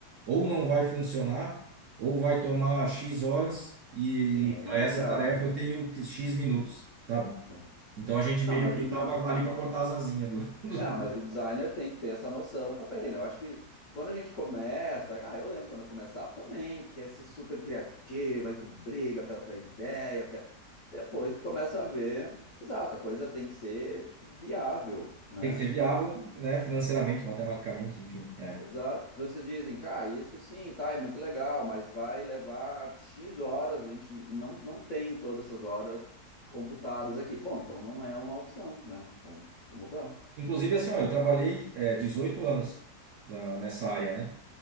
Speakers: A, on the right; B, on the left.
A: ou não vai funcionar, ou vai tomar X horas e,
B: sim,
A: e
B: aí
A: para
B: não
A: essa
B: é viável.
A: tarefa eu tenho que- X minutos, sabe?
B: É.
A: Então a gente meio
B: Não, mas
A: que
B: o, de-
A: tava ali para cortar as asinhas do, <laughs> do-
B: É, mas o designer tem que ter essa noção também, né? Eu acho que, que quando a gente começa, ah, eu lembro quando eu começava também, tu quer ser super criativa, aí tu briga pela tua ideia, tu quer- depois tu começa a ver, exato, a coisa tem que ser viável, né?
A: tem que ser viável, né, financeiramente, matematicamente, enfim, é.
B: Exato, porque vocês dizem, cara, isso sim, tá, é muito legal, mas vai levar X horas, a gente não, não tem todas essas horas computadas aqui. Bom, então não é uma opção, né? Vamos, vamos mudar.
A: Inclusive assim, ó, eu trabalhei é, 18 anos na- nessa área, né?